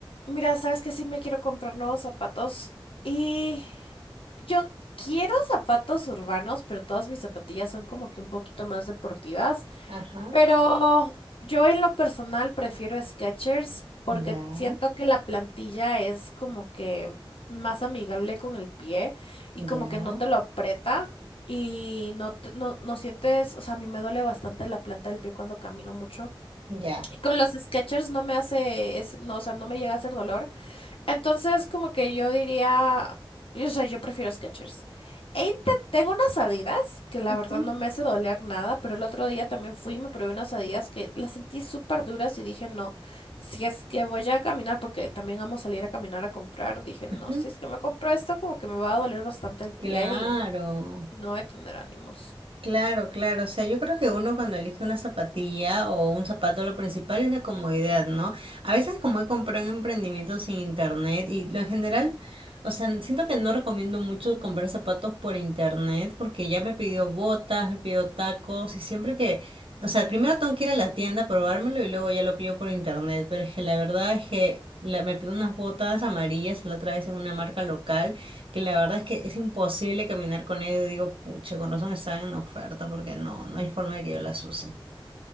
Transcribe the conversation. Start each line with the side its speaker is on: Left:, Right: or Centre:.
Left: Mira, sabes que sí me quiero comprar nuevos zapatos y yo quiero zapatos urbanos, pero todas mis zapatillas son como que un poquito más deportivas.
Right: Ajá,
Left: Pero yo en lo personal prefiero Skechers porque
Right: ya,
Left: siento que la plantilla es como que más amigable con el pie y como
Right: ya,
Left: que no te lo aprieta y no, te- no, no sientes, o sea, a mí me duele bastante la planta del pie cuando camino mucho.
Right: ya.
Left: Y con los Skechers no me hace, es- no, o sea, no me llega a hacer dolor. Entonces, como que yo diría, yo, o sea, yo prefiero Skechers. E inte- tengo unas Adidas que la
Right: <laughs>
Left: verdad no me hace doler nada, pero el otro día también fui y me probé unas Adidas que las sentí súper duras y dije, no, si es que voy a caminar, porque también vamos a salir a caminar a comprar, dije, no,
Right: Ujú.
Left: si es que me compro esto, como que me va a doler bastante el pie
Right: Claro,
Left: y, y no voy a tener ánimos.
Right: claro, claro. O sea, yo creo que uno cuando elige una zapatilla o un zapato, lo principal es la comodidad, ¿no? A veces como he comprado en emprendimientos en internet y lo en general, o sea, siento que no recomiendo mucho
Left: Mm,
Right: comprar zapatos por internet porque ya me pidió botas, me pidió tacos y siempre que, o sea, primero tengo que ir a la tienda
Left: mm.
Right: a probármelo y luego ya lo pido por internet. Pero es que la verdad es que la- me pidió unas botas amarillas la otra vez en una marca local. que la verdad es que es imposible caminar con ellos. y Digo, pucha, con razón están en oferta porque no, no hay forma de que yo las use.